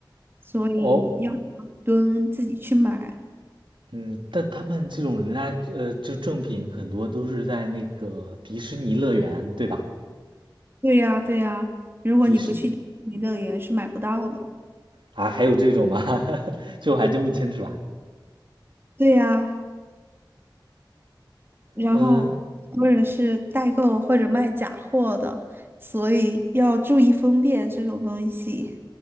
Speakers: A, on the right; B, on the right.
A: 所以要
B: 哦，
A: 蹲自己去买。
B: 嗯，但他们这种人家呃就正品很多都是在那个迪士尼乐园，对吧？
A: 对呀，对呀，如果你不去迪士尼乐园是买不到的。
B: 迪士啊，还有这种吗？<laughs> 这我还真不清楚啊。
A: 对呀，然后很多人是代购或者卖假货的，
B: 嗯，
A: 所以要注意分辨这种东西。